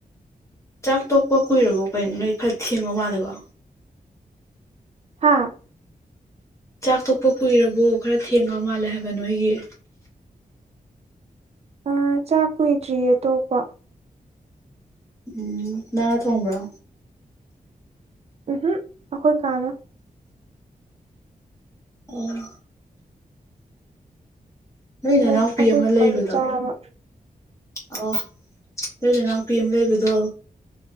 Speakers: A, on the left; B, on the right.
A: ꯆꯥꯛ ꯇꯣꯛꯄ ꯀꯨꯏꯔꯕꯣ ꯀꯩꯅꯣ ꯅꯣꯏ ꯈꯔ ꯊꯦꯡꯉꯣ ꯃꯥꯜꯂꯦꯀꯣ
B: ꯍꯥꯥ
A: ꯆꯥꯛ ꯊꯣꯡꯄ ꯀꯨꯏꯔꯕꯣ ꯈꯔ ꯊꯦꯡꯉ ꯃꯥꯜꯂꯦ ꯍꯥꯏꯕ ꯅꯣꯏꯒꯤ
B: ꯑ ꯆꯥꯛ ꯀꯨꯏꯗ꯭ꯔꯤꯌꯦ ꯑꯇꯣꯞꯄ
A: ꯎꯝ ꯉꯅꯥ ꯊꯣꯡꯕ꯭ꯔꯣ
B: ꯎꯝꯍꯨꯝ ꯑꯩꯈꯣꯏ ꯀꯥꯅꯣ
A: ꯑꯣꯝ ꯅꯣꯏ ꯅ
B: ꯑꯩ
A: ꯅꯥꯎꯄꯤ
B: ꯑꯩꯈꯣꯏ
A: ꯑꯃ ꯂꯩꯕꯗꯣ
B: ꯀꯥꯗ ꯆꯥꯕ
A: ꯑ ꯂꯩ ꯂꯩꯅꯥꯎꯄꯤ ꯑꯃ ꯂꯩꯕꯗꯣ